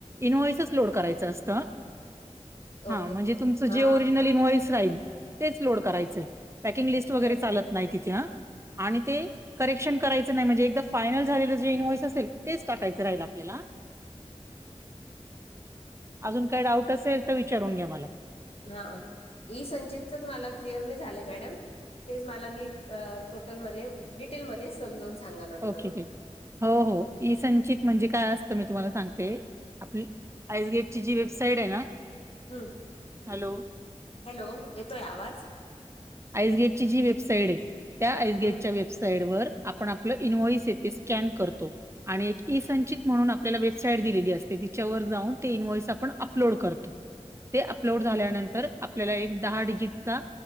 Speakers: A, on the right (about 25°); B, on the left (about 55°).
A: इनवोयसस अलोड करायचं असत. हा
B: ओके
A: म्हणजे तुमचं
B: हा
A: जे ओरिजनल इन्व्हॉइस राहील तेच लोड करायचंय. पॅकिंग लिस्ट वगैरे
B: हो
A: चालत नाही तिथे ह आणि ते करेक्शन करायचं नाही म्हणजे एकदा फायनल झालेलं जे इ्व्हॉइस असेल तेच टाकायचं राहील आपल्याला.
B: हम
A: अजून काही डाऊट असेल तर विचारून घ्या मला
B: हा इ संचितचच मला क्लिअर मी झालं मॅडम तेच मला नीट अ टोटल मध्ये डिटेलमध्ये समजावून सांगा नंतर
A: ओके, ओके. हो हो इईसंचित म्हणजे काय असतं मी तुम्हाला सांगते आपली आइसगेटची जी वेबसाईट आहे ना
B: हम्म
A: हॅलो
B: हॅलो येतोय आवाज
A: आईसगेट ची जी वेबसाइट आहे त्या आइसगेटच्या
B: हम्म
A: वे साईड वर आपण आपलं इन्व्हॉइस येते स्कॅन करतो आणि एक इसंचित म्हणून आपल्याला वेबसाईट दिलेली असते तिच्यावर जाऊन ते इन्व्हॉइस आपण अपलोड करतो
B: ह
A: ते अपलोड झाल्यानंतर आपल्याला एक दहा डिजिटचा